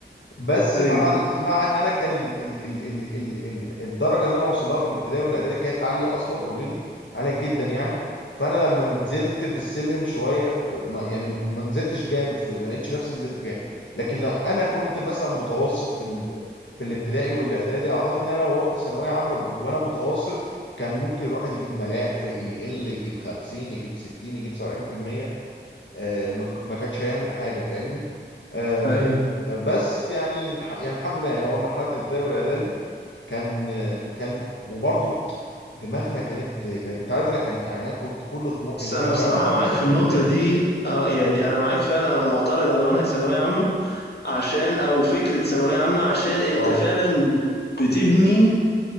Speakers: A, on the left (about 85°); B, on the left (about 65°).
A: بس
B: ايوه
A: مع ال... مع ان انا كان ال... ال... ال... ال... ال... ال- الدرجه اللي انا وصلها في الابتدائي والاعدادي كانت عاليه اصلا اوريدي عاليه جدا يعني فانا لما نزلت بالسلم شويه في... ما... يعني ما نزلتش جامد في... ما لقيتش نفسي نزلت جامد لكن لو انا كنت مثلا متوسط في ال... في الابتدائي والاعدادي اعتقد ان انا لو رحت ثانويه عامه ب... وانا متوسط كان ممكن الواحد يجيب ملاحق يقل يجيب 50 يجيب 60 يجيب 70% آه، ما ك- ما كانش هيعمل حاجه فاهمني آه،
B: ايوه
A: بس يعني الح- يعني الحمد لله يعني هو مرحله الابتدائي والاعدادي كان كان وبرضه دماغنا كانت انت عارف انا كان يعني انا كنت كل طموحي
B: بس
A: ان
B: انا
A: انا ارجع
B: بصراحه
A: من المدرسه
B: معاك في
A: في
B: النقطه
A: الابتدائي
B: دي اه يعني انا معاك فعلا انا معترض على منهج ثانويه عامه عشان او فكره ثانويه عامه عشان انت
A: اه
B: فعلا بتبني